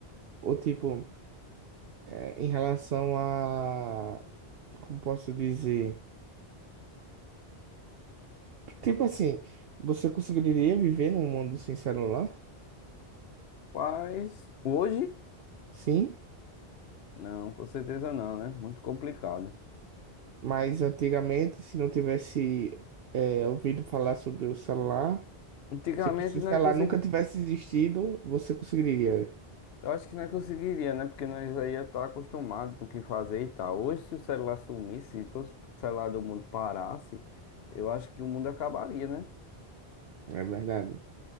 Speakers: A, on the right; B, on the left.
A: ou tipo, é, em relação a, como posso dizer? Tipo assim, você conseguiria viver num mundo sem celular?
B: Mas hoje,
A: Sim,
B: não, com certeza não, né? Muito complicado.
A: mas antigamente, se não tivesse, é, ouvido falar sobre o celular,
B: Antigamente
A: tipo, se o
B: nós
A: celular
B: conseguimos.
A: nunca tivesse existido, você conseguiria,
B: Eu acho que não conseguiria, né? Porque nós aí ia estar acostumado com o que fazer e tal. Hoje, se o celular sumisse, se todo o celular do mundo parasse, eu acho que o mundo acabaria, né?
A: não é verdade?